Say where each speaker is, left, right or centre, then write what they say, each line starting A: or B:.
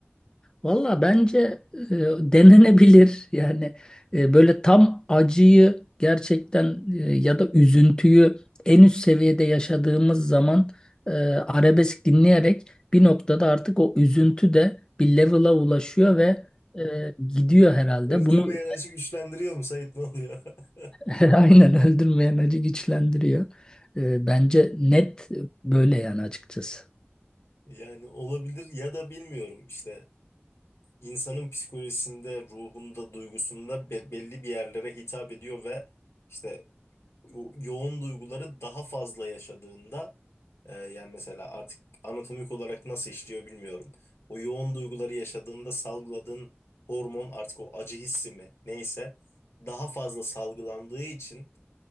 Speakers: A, on the left; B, on the left.
A: Valla bence e, denenebilir. Yani e, böyle tam acıyı gerçekten e, ya da üzüntüyü en üst seviyede yaşadığımız zaman e, arabesk dinleyerek bir noktada artık o üzüntü de bir level'a ulaşıyor ve e, gidiyor herhalde.
B: Öldürmeyen
A: Bunu
B: açı güçlendiriyor mu Sait ne oluyor? <laughs>
A: <laughs> aynen öldürmeyen acı güçlendiriyor. E, bence net böyle yani açıkçası.
B: Yani olabilir ya da bilmiyorum işte. insanın psikolojisinde, ruhunda, duygusunda be- belli bir yerlere hitap ediyor ve işte yo- yoğun duyguları daha fazla yaşadığında e, yani mesela artık anatomik olarak nasıl işliyor bilmiyorum. O yoğun duyguları yaşadığında salgıladığın hormon artık o acı hissi mi neyse daha fazla salgılandığı için